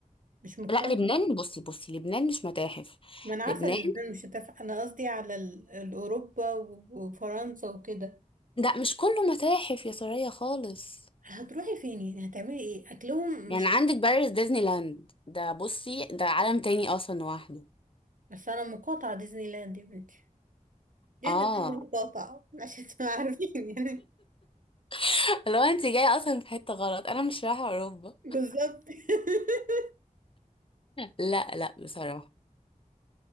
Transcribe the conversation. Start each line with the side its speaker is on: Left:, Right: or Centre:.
Right: مش مقتنعه
Left: لا لبنان بصي بصي لبنان مش متاحف
Right: ما انا عارفه
Left: لبنان
Right: ان اليابان مش هتنفع انا قصدي على ال- الاوروبا و- وفرنسا وكده
Left: ده مش كله متاحف يا سوريا خالص
Right: هتروحي فين يعني هتعملي ايه اكلهم
Left: يعني
Right: مش
Left: عندك
Right: هت-
Left: باريس ديزني لاند ده بصي ده عالم تاني اصلا لوحده
Right: بس انا مقاطعه ديزني لاند يا بنتي ديزني
Left: اه
Right: لاند مقاطعه عشان تبقى عارفين يعني
Left: <laughs> لو انت جاية اصلا في حتة غلط انا مش رايحة اوروبا
Right: بالظبط <laughs>
Left: لا لا بصراحة